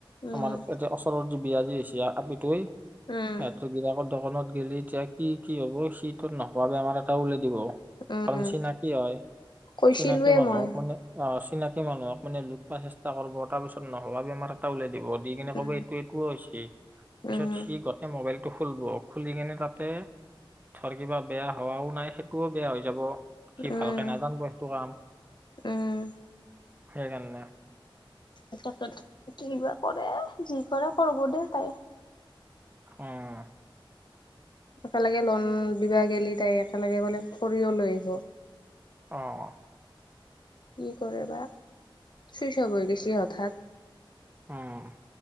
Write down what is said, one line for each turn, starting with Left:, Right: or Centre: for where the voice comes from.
Left: উম
Right: আমাৰ এতিয়া ওচৰত যি বিয়াজি হৈছে আপিতোৱে
Left: উম
Right: সিহঁত বিলাকৰ দোকানত গেলি এতিয়া কি কি হব সি টোৰ নোহোৱা বেমাৰ এটা উওলাই দিব
Left: উম
Right: কাৰণ চিনাকি হয়
Left: কৈছিলোয়ে
Right: চিনাকি মানুহক
Left: মই
Right: মানে অ' চিনাকি মানুহক মানে লোপ পোৱা চেষ্টা কৰিব, তাৰপিছত নোহোৱা বেমাৰ এটা উলাই দিব, দি কিনে
Left: উম
Right: ক'ব এইটো এইটোও হৈছে পিছত
Left: উম
Right: সি গোটেই মোবাইল টো খুলব খুলি কেনে তাতে ধৰ কিবা বেয়া হোৱাও নাই সেইটোও বেয়া হৈ যাব সি
Left: উম
Right: ভালকে নাজানিব সেইটো কাম।
Left: উম
Right: হেইকাৰানে।
Left: এ কিবা কৰে যি কৰে কৰিব দেই তাই।
Right: অ'।
Left: একেলগে লোন দিবা গেলি তাই একেলগে বোলে খৰিয়ো লৈ আহিব।
Right: অ', অ।
Left: কি কৰে বা? চুইচ অফ হৈ গেছি হঠাৎ।
Right: অ'।